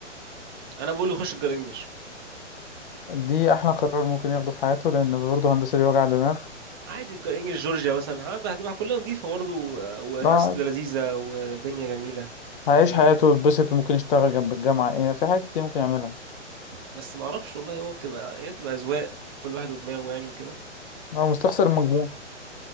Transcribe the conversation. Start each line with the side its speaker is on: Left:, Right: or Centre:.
Right: انا بقول يخش الجرينجش
Left: دي احلى قرار ممكن ياخده في حياته لان برضه هندسة دي وجع دماغ
Right: عادي الجرينجش جورجيا مثلا عندها هتبقى كلها نظيفه برضه و- وناس
Left: قاعد
Right: لذيذه ودنيا جميله
Left: هيعيش
Right: و...
Left: حياته ويتبسط وممكن يشتغل جنب الجامعة ايه في حاجات كتير ممكن يعملها
Right: بس ما اعرفش والله هو بتبقى هي بتبقى اذواق كل واحد ودماغه يعني وكده
Left: هو مستخسر المجموع